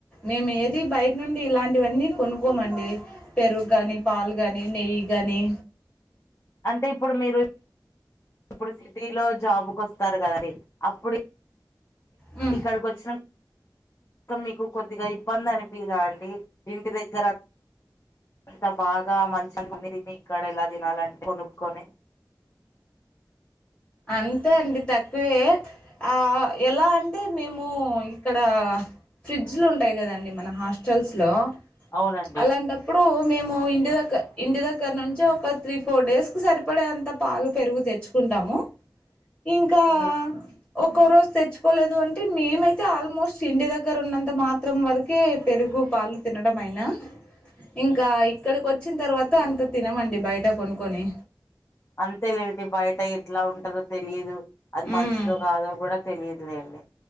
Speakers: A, on the left; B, on the left.
A: మేము ఏది బయట నుండి ఇలాంటివన్నీ కొనుకోమండి పెరుగు గాని పాలు గాని నెయ్యి గాని
B: అంటే ఇప్పుడు మీరు ఇప్పుడు సిటీలో జాబ్ కోస్తారు కదండి అప్పుడు
A: మ్మ్
B: ఇక్కడికోచ్చిన క మీకు కొద్దిగా ఇబ్బంది అనిపిదా అండి ఇంటి దగ్గర అంత బాగా మంచిగ తిని ఇక్కడ ఇలా తినాలంటే కొనుక్కొని
A: అంతే అండి తక్కువే ఆ ఆ ఎలా అంటే మేము ఇక్కడ ఫ్రిడ్జ్లు ఉంటాయి కదండి మన హాస్టల్స్ లో
B: అవునండి
A: అలాంటప్ ఇప్పుడు మేము ఇంటి దగ్గర ఇంటి దగ్గర నుంచే ఒక త్రీ ఫోర్ డేస్కి సరిపడేంత పాలు పెరుగు తెచ్చు కుంటాము ఇంకా
B: ఉ
A: ఒక్కో రోజు తెచ్చుకోలేదు అంటే మేమైతే ఆల్మోస్ట్ ఇంటి దగ్గర ఉన్నంత మా మాత్రం వరకే పెరుగు పాలు తినడం అయినా ఇంకా ఇక్కడికి వచ్చిన తర్వాత అంత తినమండి బయట కొనుక్కొని
B: అంతేలేండి బయట ఎట్లా ఉంటదో తెలియదు అది
A: మ్మ్
B: మంచిదో కాదో కూడా తెలియదులేండి